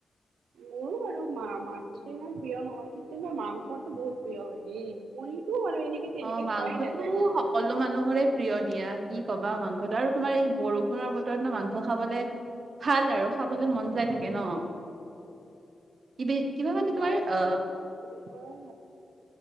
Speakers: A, on the right; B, on the right.
A: মোৰ বাৰ- ৰু মা মাছটো ইমান প্ৰিয় নহয় কিন্তু মাৰ মাংসটো বহুত প্ৰিয় হয় দেই পনীৰটো মানে এনেকে তেনেকে
B: অ মাংসটো
A: খোৱাই নাযায় মানে
B: সকলো মানুহৰে প্ৰিয় দিয়া কি কবা মাংসটো আৰু তোমাৰ এই বৰষুণৰ বতৰত ন মাংস খাবলে ভাল আৰু খাবলে মন
A: উম
B: যাই থাকে ন কিবি কিবা মানে তোমাৰ অ
A: হয় ভাল